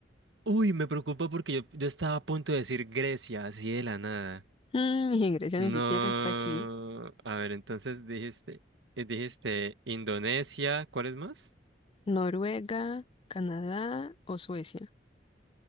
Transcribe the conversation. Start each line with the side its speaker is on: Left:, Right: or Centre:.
Right: Uy, me preocupa porque yo, yo estaba a punto de decir Grecia, así de la nada.
Left: Mm, y Grecia
Right: No.
Left: ni siquiera está aquí.
Right: A ver, entonces dijiste, eh, dijiste Indonesia, ¿cuál es más?
Left: Noruega, Canadá o Suecia.